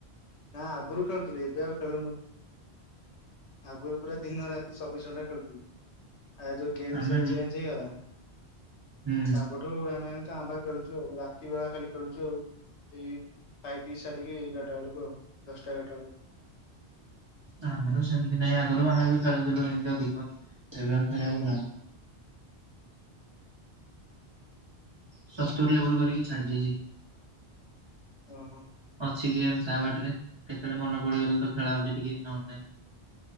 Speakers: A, on the left; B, on the right.
A: ନା ଆଗରୁ ଖେଳୁଥିଲି ଏବେ ଆଉ <inaudible> ଆଗରୁ ପୁରା ଦିନ ରାତି ଚବିଶି ଘଣ୍ଟା ଖେଳୁଥିଲି। ଆଉ ଯୋଉ ଗେମ
B: ଆମେ
A: ସବୁ
B: ବି
A: ଚେଞ୍ଜ ହେଇଗଲା।
B: ହୁଁ
A: ତାପ <inaudible> କାଁ ଫାଁ ଖେଳୁଛୁ ଆଉ ରାତି ବେଳା ଖାଲି ଖେଳଛୁ ଆଉ। ଏଇ ଖାଇପିଇ ସାରିକି ଏଗାରଟା ବେଳକୁ ଆଉ ଦଶଟା, ଏଗାରଟା ବେଳକୁ।
B: ଆମର ସେମିତି ନାହିଁ, ଆଗରୁ ଆମେ ବି ଖେଳିୁଥିଲୁ ଏମିତି ଅଧିକ ଏବେ ଆଉ ଖେଳିବାକୁ
A: ହୁଁ
B: ଯାଉନୁ। <inaudible> କରିକି ଛାଡି ଦେଇେଇଛି।
A: ଓହୋ।
B: ଅଛି ଗେମ ତା, ବାଟରେ କେତେବେଳେ ମନ ପଡିଗଲେ ତ ଖେଳା ହଉଛି ଟିକେ ନହଲେ ନାହିଁ।